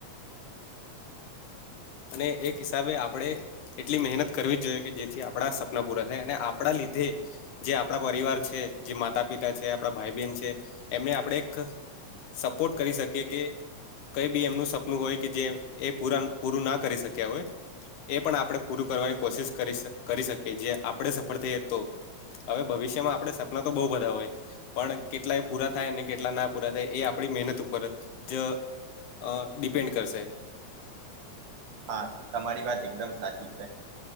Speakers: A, on the left; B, on the right.
A: અને એક હિસાબે આપડે એટલી મહેનત કરવી જ જોઈએ કે જેથી આપણા સપના પૂરા થાય અને આપણા લીધે જે આપણા પરિવાર છે જે માતા પિતા છે આપણા ભાઈ બહેન છે એમને આપણે એક સપોર્ટ કરી શકી કે કઈ બી એમનું સપ નું હોય જે એ પુરા પૂરું ના કરી શક્યા હોય એ પણ આપણે પૂરું કરવાની કોશિશ કરી કરી શકીએ જે આપણે સફળ થઈએ તો હવે ભવિષ્યમાં આપડે સપના તો બહુ બધા હોય પણ કેટલા એ પૂરા થાય અને કેટલા ના પૂરા થાય એ આપણી મહેનત ઉપર જ અ ડિપેન્ડ કરશે
B: હા તમારી વાત એકદમ સાચી છે.